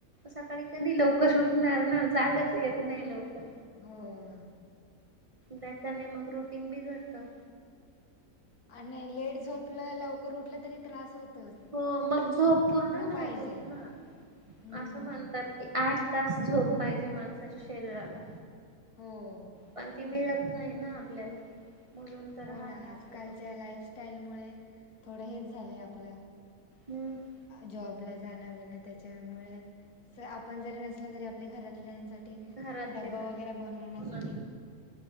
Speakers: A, on the right (about 30°); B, on the left (about 75°).
A: सकाळी कधी लवकर उठणार ना? जागच येत नाही लवकर.
B: हो अ.
A: त्याच्याने मग रुटीन बीघडतं.
B: आणि लेट झोपलं, लवकर उठलं, तरी त्रास होत.
A: हो मग झोप पूर्ण नाई
B: पाहिजे
A: होत ना
B: हम्म
A: आसं म्हणतात. आठ तास झोप पाहिजे, माणसाच्या शरीराला
B: हो
A: पण ती मिळत
B: बराबर
A: नाही ना आपल्याला म्हणून तर
B: हो
A: हा
B: ना,
A: त्रास
B: आजकालच्या
A: होतो
B: लाईफस्टाईल मुळे थोडं हेच झालंय आपलं
A: हम्म.
B: जॉबला जाण बिना त्याच्यामुळे कस आपण जरी नसलो, तरी आपल्या घरातल्यासाठी ते
A: घरातले
B: डबा
A: जा
B: वगैरे बनवण्यासाठी
A: हो ना